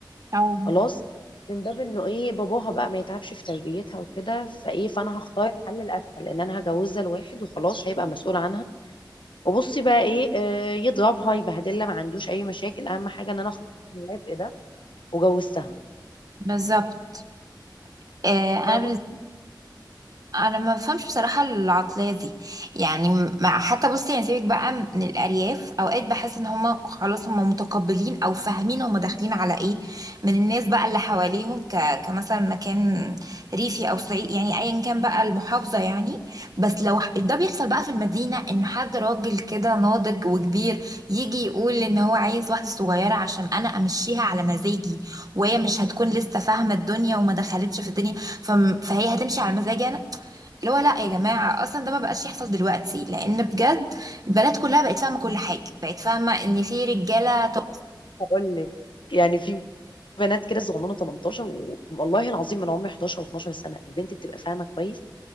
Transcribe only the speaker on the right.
اه
بالظبط آه، انا
بالنسبه انا ما بفهمش بصراحه العقليه دي يعني مع حتى بصي يعني سيبك بقى من الارياف اوقات بحس ان هما خلاص هما متقبلين او فاهمين هما داخلين على ايه من الناس بقى اللي حواليهم ك... كمثلا مكان ريفي او صعيد يعني ايا كان بقى المحافظه يعني بس لو ح- ده بيحصل بقى في المدينه ان حد راجل كده ناضج وكبير يجي يقول ان هو عايز واحده صغيره عشان انا امشيها على مزاجي وهي مش هتكون لسه فاهمه الدنيا وما دخلتش في الدنيا فم- فهي هتمشي على مزاجي انا اللي هو لا يا جماعة أصلا ده ما بقاش يحصل دلوقتي لأن بجد البنات كلها بقت فاهمة كل حاجة بقت فاهمة إن في رجالة طب